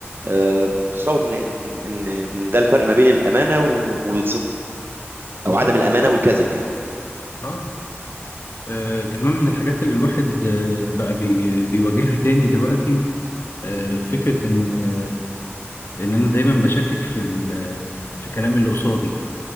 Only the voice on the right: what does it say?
آه، متصور ان ان ان إن ده الفرق ما بين الامانه و- والصدق او
عدم الامانه
والكذب يعني